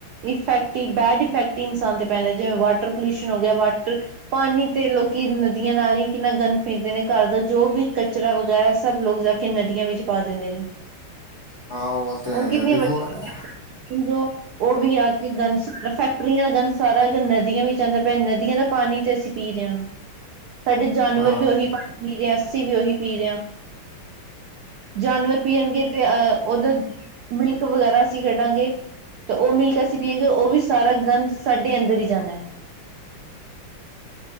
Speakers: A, on the right; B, on the left.
A: ਇਫੈਕਟਿ ਬੈਡ ਇਫੈਕਟਿ ਹੀ ਇਨਸਾਨ ਤੇ ਪੈਣਾ ਜਿਵੇ ਵਾਟਰ ਪੋਲਿਊਸ਼ਨ ਹੋ ਗਿਆ ਵਾਟਰ। ਪਾਣੀ ਤੇ ਲੋਕੀ ਨਦੀਆਂ ਨਾਲ ਹੀ ਕਿੰਨਾ ਗੰਨ ਫੇਕਦੇ ਨੇ ਘਰ ਦਾ ਜੋ ਵੀ ਕਚਰਾ ਵਗੈਰਾ ਸਭ ਲੋਕ ਜਾ। ਕਿ ਨਦੀਆਂ ਵਿੱਚ ਪਾ ਦਿੰਦੇ ਨੇ।
B: ਹਾਂ। ਤਾਂ
A: ਹੂਣ
B: ਹੈਗਾ
A: ਕਿ ਵਡੀ
B: ਦੇਖੋ
A: ਫੈਕਟਰੀ
B: ਅ-
A: ਜੌ ਉਹ ਵੀ ਆ ਕੇ ਗੰਦ ਸਾਰਾ ਫ਼ੇਕ ਫੈਕਟਰੀਆਂ ਦਾ ਗੰਦ ਸਾਰਾ ਹੀ ਨਦੀਆਂ ਵਿੱਚ ਆ ਰਿਹਾ ਹੈ, ਅਤੇ ਨਦੀਆਂ ਦਾ ਪਾਣੀ ਅਸੀਂ ਹੀ ਪੀ ਰਹੇ ਹਾਂ। ਸਾਡੇ ਜਾਨਵਰ
B: ਹਾਂ
A: ਵੀ ਉਹੀ ਪਾਣੀ। ਪੀ ਰਹੇ ਹਾਂ ਅਸੀ ਵੀ ਉਹੀ ਪੀ ਰਹੇ ਹਾਂ ਜਾਨਵਰ ਪੀਣਗੇ ਤੇ ਅਹ ਉਹਦਾ। ਮਿਲਕ ਵਗੈਰਾ ਅਸੀਂ ਕੱਢਾਂਗੇ। ਤੇ ਉਹ ਮਿਲਕ ਅਸੀਂ ਪੀਏੰਗੇ, ਉਹ ਸਾਰਾ ਗੰਦ ਵੀ ਸਾਡੇ ਅੰਦਰ ਹੀ ਜਾਨਾ।